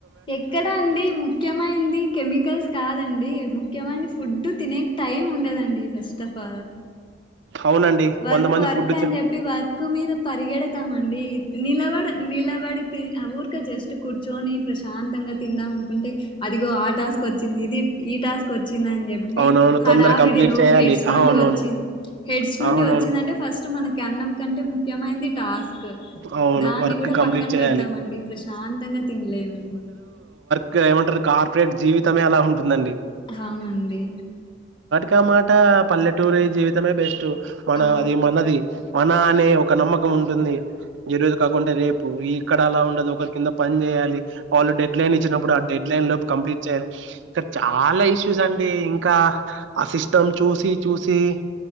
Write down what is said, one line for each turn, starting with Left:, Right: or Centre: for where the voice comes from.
Left: ఎక్కడ అండి ముఖ్యమైనది కెమికల్స్ కాదండి ముఖ్యమైంది ఫు డ్డు తినే టైం ఉండదండి ఫస్ట్ ఆఫ్ ఆల్
Right: అవునండి
Left: వర్క్
Right: కొంతమంది
Left: వర్క్
Right: ఫుడ్
Left: అని చెప్పి వర్క్ మీద పరిగెడతామ అండి నిలబడ నిలబడి తి ఆ ఊరిక జస్ట్ కూర్చొని ప్రశాంతంగా తిందాం. అంటే అదిగో ఆ టాస్క్ వచ్చింది ఇది ఈ టాస్క్ వచ్చిందని చెప్పి
Right: అవునవును
Left: హడావిడిలో
Right: తొందర కంప్లీట్ చేయాలి
Left: హెడ్స్
Right: అవునవును
Left: నుండి వచ్చి హెడ్స్ నుండి
Right: అవునవును
Left: వచ్చిందంటే ఫస్ట్ మనకి అన్నం కంటే ముఖ్యమైంది టాస్క్ కు
Right: అవును
Left: దాన్ని
Right: వర్క్
Left: కూడా
Right: కంప్లీట్
Left: పక్కన
Right: చేయాలి
Left: పెడతామండి ప్రశాంతంగా తినలేము.
Right: ఇంకా ఏమంటరు కార్పొరేట్ జీవితమే అలా ఉంటుందండి.
Left: అవునండి.
Right: టమాట పల్లెటూరి జీవితమే బెస్ట్ మన
Left: ఆ
Right: అది మనది మన అనే ఒక నమ్మకం ఉంటుంది. ఈ రోజు కాకుంటే రేపు ఇక్కడ అలా ఉండదు ఒకరి కింద పని చేయాలి. వాళ్ళు డెడ్ లైన్ ఇచ్చినప్పుడు ఆ డెడ్లై టైము లోపు కంప్లీట్ చేయాలే ఇక్కడ చాలా ఇష్యూస్ అండి ఇంకా ఆ సిస్టమ్ చూసి చూసి